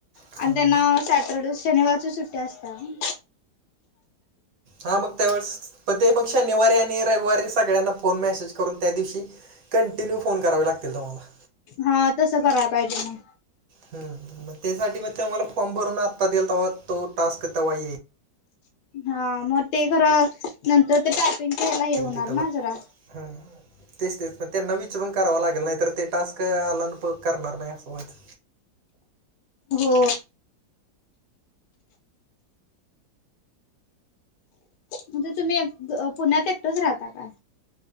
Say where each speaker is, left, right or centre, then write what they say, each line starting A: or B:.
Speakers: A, on the right (about 55°); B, on the left (about 70°).
A: हां.
B: आणि त्यांना सॅटरडे शनिवारची सुट्टी असता हा.
A: हा मग त्यावेळेस प ते मग शनिवारी आणि रविवारी सगळ्यांना फोन मेसेज करून त्या दिवशी कंटिन्यू फोन करावे लागतील तुम्हाला.
B: हा तसं कराय पाहिजे म.
A: हम्म त्यासाठी मग ते मला फॉर्म भरून आत्ता दियल तेव्हा तो टास्क तेव्हा येई.
B: हा मग ते खरं नंतर ते पायपिंग खेयला हे होणार
A: तिथं
B: ना जरा.
A: हा हा. तेच तेच पण त्यांना विचरून करावं लागेल नाही तर ते टास्क आला न प करणार नाही असं होयत.
B: हो. म्हणते तुम्ही एक ग अ पुण्यात एकटाच राहता का?